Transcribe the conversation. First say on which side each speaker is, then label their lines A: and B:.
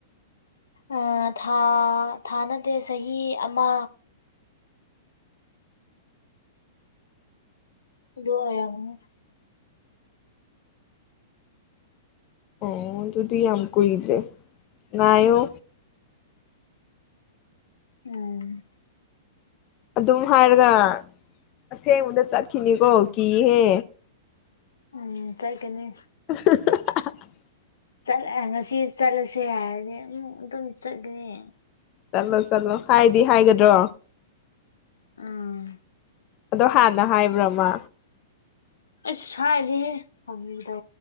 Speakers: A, on the left; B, on the left.
A: ꯎꯝꯥ ꯊꯥꯅꯗꯦ ꯆꯍꯤ ꯑꯃ ꯑꯗꯣ ꯑꯣꯏꯔꯝꯒꯅꯤ
B: ꯑꯣ ꯑꯗꯨꯗꯤ ꯌꯥꯝ ꯀ ꯏꯗꯦ ꯉꯏꯣ
A: ꯑ
B: ꯑꯗꯨꯝ ꯍꯥꯏꯔꯒ ꯑꯁꯦꯡꯕꯗ ꯆꯠꯈꯤꯅꯤꯀꯣ ꯀꯤꯍꯦ
A: ꯎꯝ ꯇ꯭ꯔꯥꯏ ꯀꯅꯤ
B: ꯑꯍꯥꯍꯥ <unintelligible>
A: ꯆꯠꯂ ꯉꯁꯤ ꯆꯠꯂꯁꯦ ꯍꯥꯏꯔꯗꯤ ꯑꯃꯨꯛ ꯑꯗꯨꯝ ꯆꯠꯒꯅꯤ
B: ꯆꯠꯂꯣ ꯆꯠꯂꯣ ꯍꯥꯏꯗꯤ ꯍꯥꯏꯒꯗ꯭ꯔꯣ
A: ꯎꯝ
B: ꯑꯗꯣ ꯍꯥꯟꯅ ꯍꯥꯏꯕ꯭ꯔꯃ
A: ꯑꯩ ꯆꯥꯏꯗꯤꯍꯦ ꯍ ꯇ